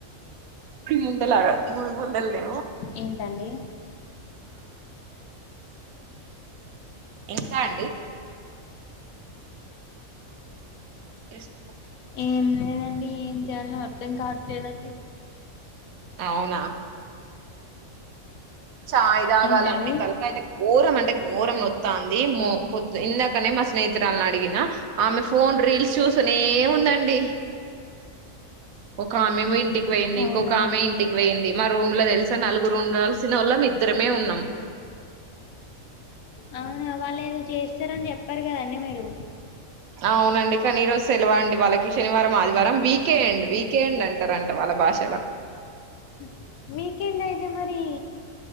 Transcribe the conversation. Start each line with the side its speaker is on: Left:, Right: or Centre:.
Right: <unintelligible> లాగా మూడు పుటల్ది
Left: ఏంటండి
Right: ఇంక అండి తెస్
Left: ఏం లేదండి ఏం చేయలో అర్థం కావట్లేదండి
Right: అవునా చాయ్ తాగాలండి
Left: ఏంటండి
Right: తలకయితే ఘోరం అంటే ఘోరం వ తాంది మో పొద్ ఇందాకనే మా స్నేహితురాలని అడిగిన ఆమె ఫోన్ రీల్స్ చూస్తానే ఉందండి ఒక ఆమెమో ఇంటికి పోయింది
Left: అవునా
Right: ఇంకొక ఆమె ఇంటికి పోయింది మా రూమ్ లో తెల్సా నలుగురు ఉండాల్స్ ల్సినోలం ఇద్దరమే ఉన్నాం
Left: అవును వాళ్ళు ఏదో చేస్తారని చెప్పారు కదండి మీరు
Right: అవునండి కానీ ఈ రోజు సెలవ అండి వాళ్ళకి శనివారం ఆదివారం వీకెండ్ వీకెండ్ అంటారంట వాళ్ళకి భాషలా
Left: మ్మ్ వీకెండ్ అయితే మరి